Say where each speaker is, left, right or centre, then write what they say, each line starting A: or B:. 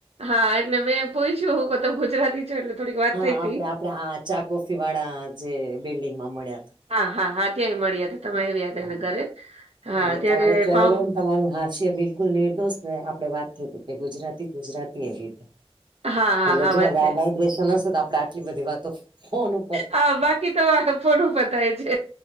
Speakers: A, on the right; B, on the right.
A: હા એટલે મેં પૂછ્યું હું તમ ગુજરાતી છો એટલે થોડીક વાત
B: હા
A: થઈ
B: આપડે
A: તી
B: આપડે આ ચાકોફી વાળા જે બિલ્ડીિંગમાં મળ્યા હતા.
A: હા હા હા ત્યાંય મળીયા હતા તમે આવ્યા હતા એને
B: હા
A: ઘરે હા
B: એટલે
A: ત્યારે
B: તમારો ચહેરો
A: પામ
B: ને તમારું હાથ છે બિલકુલ નિર્દોષ ને આપડે વાત થઈતી કે ગુજરાતી ગુજરાતી એ રીતે.
A: હા હા
B: એટલે
A: હા
B: જો
A: વાત
B: હવે
A: થઈ
B: આ વાઈબ્રેશન હશે તો આપડે આટલી બધી વાતો ફોન ઉપ
A: હા બાકી ત તો આ ફોન ઉપર થાય છે.